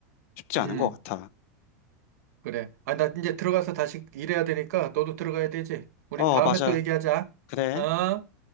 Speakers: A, on the left; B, on the right.
A: 쉽지
B: 음,
A: 않은 것 같아.
B: 그래. 아, 나 이제 들어가서 다시 일해야 되니까 너도 들어가야 되지. 우리
A: 어,
B: 다음에
A: 맞아.
B: 또 얘기하자.
A: 그래.
B: 어?